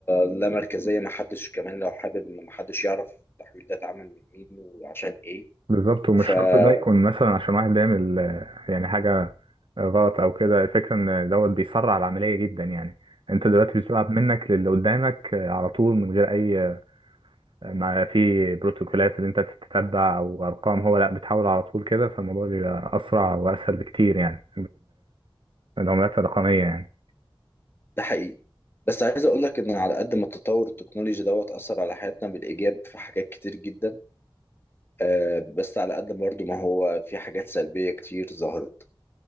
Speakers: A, on the left (about 25°); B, on the right (about 65°).
A: لا مركزية محدش كمان لو حابب إن محدش يعرف التحويل ده اتعمل من مين وعشان إيه
B: بالظبط ومش
A: فبالظبط
B: شرط ده يكون مثلا عشان واحد بيعمل آه، يعني حاجة غلط أو كده الفكرة إن دوت بيسرع العملية جدا يعني أنت دلوقتي بتبعت منك للي قدامك آه، على طول من غير أي آه، ما في بروتوكولات اللي أنت تتتبع أو أرقام هو لأ بتحاول على طول كده فالموضوع بيبقى أسرع وأسهل بكتير يعني بالعملات الرقمية يعني
A: ده حقيقي بس عايز اقول لك ان على قد ما التطور التكنولوجي دوت اثر على حياتنا بالايجاب في حاجات كتير جدا آه، بس على قد برضه ما هو في حاجات سلبيه كتير ظهرت